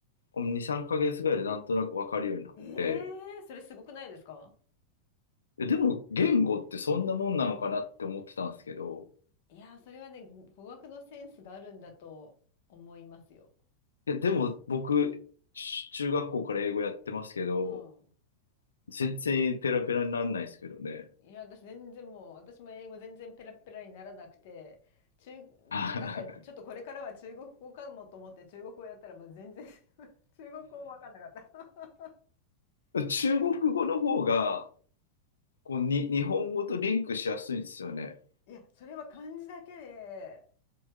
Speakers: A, on the left (about 70°); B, on the left (about 50°).
A: 2、3ヶ月ぐらいでなんとなくわかるようになって、
B: ええ、それすごくないですか
A: えでも言語ってそんなもんなのかなって思ってたんですけど、
B: いやー、それはね、語学のセンスがあるんだと思いますよ。
A: いやでも僕、し中学校から英語やってますけど、
B: うん。
A: 全然ペラペラにならないですけどね。
B: いや、私全然もう、私も英語全然ペラペラにならなくて、中、
A: <laughs>
B: なんかちょっとこれからは中国語かもと思って中国語やったらもう全然 <laughs> 中国語もわかんなかった
A: 中国語の方が、こう、に、日本語とリンクしやすいんですよね。
B: いや、それは漢字だけで、